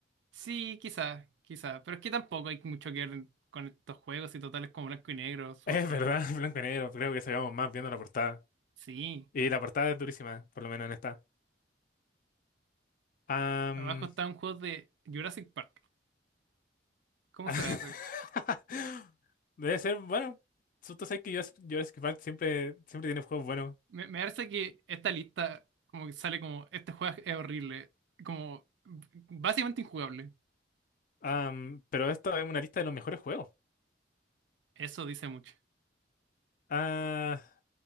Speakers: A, on the right; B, on the left.
A: Sí, quizás, quizás, pero es que tampoco hay mucho que ver con estos juegos y totales como blanco y negro, súper
B: Es
A: feo.
B: verdad, <laughs> blanco y negro, creo que sacamos más viendo la portada.
A: Sí,
B: Y la portada es durísima, por lo menos en esta. Am,
A: abajo está un juego de Jurassic Park. ¿Cómo
B: <laughs>
A: será eso?
B: debe ser, bueno, tú sabes que yo Jurassic Park siempre, siempre tiene juegos buenos.
A: Me, me parece que esta lista como que sale como, este juego es horrible, como básicamente injugable.
B: Am, pero esta es una lista de los mejores juegos.
A: Eso dice mucho.
B: Ah,